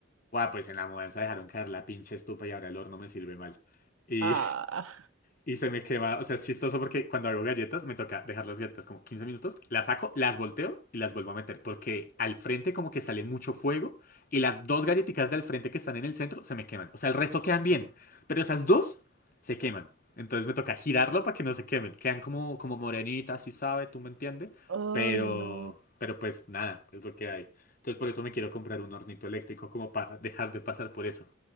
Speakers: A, on the left (about 45°); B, on the right (about 85°).
A: Guau, pues en la mudanza dejaron caer la pinche estufa y ahora el horno me sirve mal. y
B: Ah,
A: Y se me quema, o sea, es chistoso porque cuando hago galletas me toca dejar las galletas como 15 minutos, las saco, las volteo y las vuelvo a meter porque al frente como que sale mucho fuego y las dos galletitas del frente que están en el centro se me queman. O sea, el resto quedan bien, pero esas dos se queman. Entonces me toca girarlo para que no se quemen. Quedan como, como morenitas, si sabe, tú me entiendes,
B: ay,
A: pero,
B: no,
A: pero pues nada, es lo que hay. Entonces por eso me quiero comprar un hornito eléctrico como para dejar de pasar por eso.